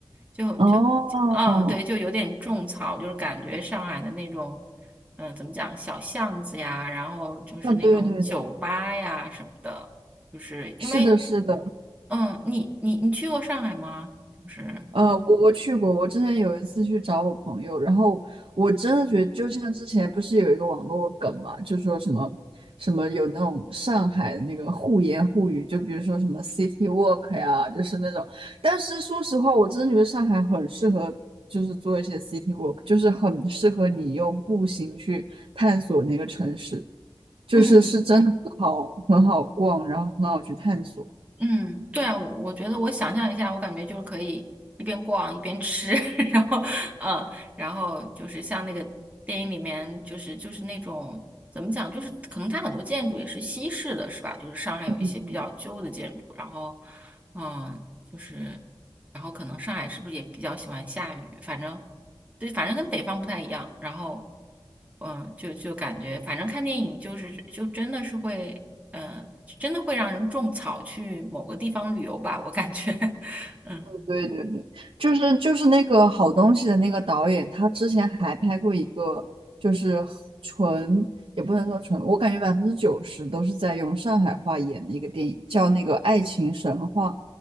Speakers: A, on the right (about 15°); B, on the right (about 75°).
A: 就就嗯，
B: 哦，
A: 对，就有点种草，就是感觉上海的那种，嗯，怎么讲，小巷子呀，然后就是那种酒吧呀什么的，
B: 啊，对对对，
A: 就是因为，
B: 是的，是的，
A: 嗯，你你你去过上海吗？就是。
B: 呃，我我去过，我之前有一次去找我朋友，然后我真的觉得，就像之前不是有一个网络梗嘛，就说什么什么有那种上海的那个互言互语，就比如说什么 city walk 呀，就是那种。但是说实话，我真的觉得上海很适合，就是做一些 city walk，就是很适合你用步行去探索那个城市，就是是真的很好很好逛，
A: 嗯。
B: 然后很好去探索。
A: 嗯，对啊，我我觉得我想象一下，我感觉就是可以一边逛一边吃，<laughs> 然后嗯，然后就是像那个电影里面，就是就是那种怎么讲，就是可能它很多建筑也是西式的，是吧？就是上海有一些比较旧的建筑，
B: 嗯嗯。
A: 然后嗯。就是，然后可能上海是不是也比较喜欢下雨？反正，对，反正跟北方不太一样。然后，嗯，就就感觉，反正看电影就是就真的是会，嗯，真的会让人种草去某个地方旅游吧，我感觉，<laughs> 嗯，
B: 对对对，就是就是那个好东西的那个导演，他之前还拍过一个，就是纯也不能说纯，我感觉百分之九十都是在用上海话演的一个电影，叫那个《爱情神话》。